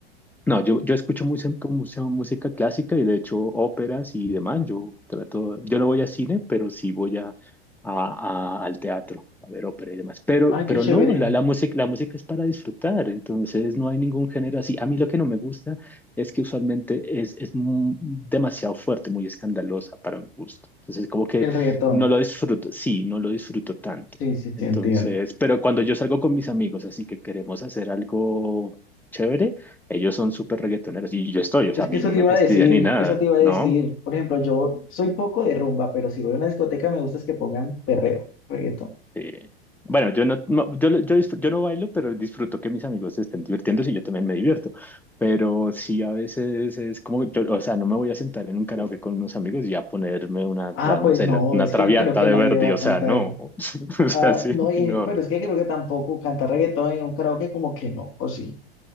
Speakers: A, in the centre; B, on the left.
A: No, yo, yo escucho mucha, mucha música clásica y de hecho óperas y demás. Yo trato, yo no voy a cine, pero sí voy a, a- a- al teatro a ver ópera y demás. Pero,
B: Ay,
A: pero
B: qué chévere,
A: no, la, la música, la música es para disfrutar, entonces no hay ningún género así. A mí lo que no me gusta es que usualmente es, es mu- demasiado fuerte, muy escandalosa para mi gusto. Entonces como que
B: el reggaetón.
A: no lo disfruto, sí, no lo disfruto tanto.
B: Sí, sí,
A: Entonces,
B: sí, entiendo.
A: pero cuando yo salgo con mis amigos, así que queremos hacer algo chévere. Ellos son súper reggaetoneros y yo estoy, o
B: Es
A: sea, a
B: que
A: mí
B: eso
A: no
B: te
A: me
B: iba
A: fastidia
B: a decir,
A: ni nada,
B: eso te iba a decir.
A: ¿no?
B: Por ejemplo, yo soy poco de rumba, pero si voy a una discoteca me gusta es que pongan perreo, reggaetón.
A: Eh, bueno, yo no, no- yo, yo, disfr- yo no bailo, pero disfruto que mis amigos se estén divirtiendo y yo también me divierto. Pero sí, a veces es como, yo, o sea, no me voy a sentar en un karaoke con unos amigos y a ponerme una,
B: Ah,
A: o sea,
B: pues
A: no sé,
B: no,
A: la- una
B: es
A: traviata
B: que yo creo que
A: de
B: nadie
A: Verdi,
B: va a
A: o
B: cantar.
A: sea, no. <laughs> O sea,
B: Ah,
A: sí,
B: no, y,
A: no.
B: pero es que creo que tampoco cantar reggaetón en un karaoke como que no, o sí.